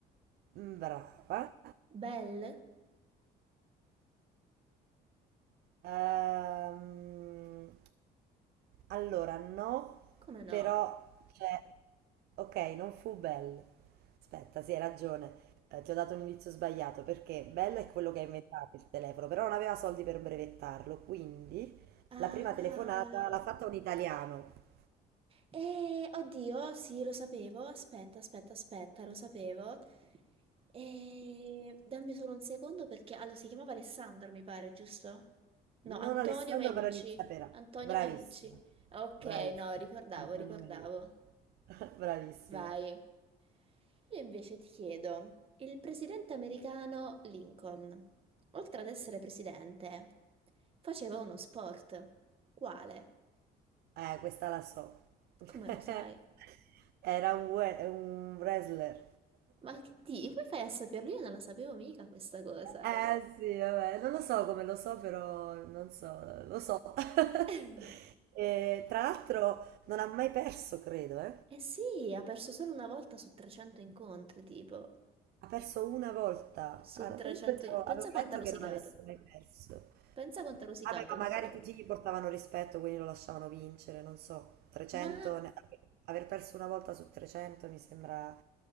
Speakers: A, on the right; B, on the right.
A: Mm, Brava.
B: Bell?
A: Ehm, allora, no,
B: Come no?
A: però c'è... Ok, non fu Bell. Aspetta, sì, hai ragione. Eh, ti ho dato un inizio sbagliato perché Bell è quello che ha inventato il telefono, però non aveva soldi per brevettarlo, quindi
B: Ah,
A: la prima
B: cavolo.
A: telefonata l'ha fatta un italiano.
B: Eh, oddio, sì, lo sapevo. Aspetta, aspetta, aspetta, lo sapevo. Eh, dammi solo un secondo perché... Allora, si chiamava Alessandro, mi pare, giusto? No, Antonio
A: Non Alessandro
B: Meucci.
A: Caronizza Pera.
B: Antonio
A: Bravissima.
B: Meucci. Ok,
A: Bravissima.
B: no, ricordavo,
A: Antonio
B: ricordavo.
A: Meucci. <laughs> Bravissima.
B: Vai. Io invece ti chiedo, il presidente americano Lincoln, oltre ad essere presidente, faceva uno sport. Quale?
A: Eh, questa la so. <laughs>
B: Come lo sai?
A: Era un, we- un wrestler.
B: Ma che di? Come fai a saperlo? Io non la sapevo mica questa cosa.
A: Eh sì, vabbè, non lo so come lo so, però non so, lo so. <laughs>
B: <laughs>
A: E, tra l'altro non ha mai perso, credo, eh.
B: Eh sì, ha perso solo una volta su 300 incontri, tipo.
A: Ha perso una volta.
B: Su
A: Ah, io
B: 300...
A: pensavo,
B: in-
A: avevo
B: Pensa quanto
A: letto
B: ha rosicato.
A: che non avesse mai perso.
B: Pensa quanto ha rosicato
A: Vabbè, ma magari
B: con quella volta.
A: tutti gli portavano rispetto, quindi lo lasciavano vincere, non so, 300,
B: Ma...
A: ne- aver perso una volta su 300 mi sembra